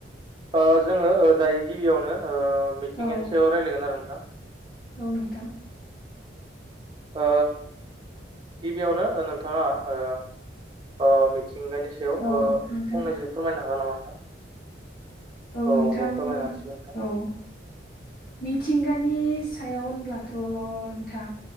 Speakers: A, on the right; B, on the left.
A: ओ जोङो ओ दाय गिबियावनो ओ मिथिंगानि
B: औ
A: सायाव रायलायगोन आरो नोंथां
B: औ नोंथां
A: ओ गिबियावनो ओ नोंथाङा ओ ओ मि थिंगानि सायाव
B: औ
A: ओ
B: नोंथां
A: फंनैसो फोरमायनो हागोन नामा नोंथां
B: औ नोंथां
A: होमबा फोरमायनो हासिगोन नोंथां
B: औ मिथिंगानि सायाव होनब्लाथ' नोंथां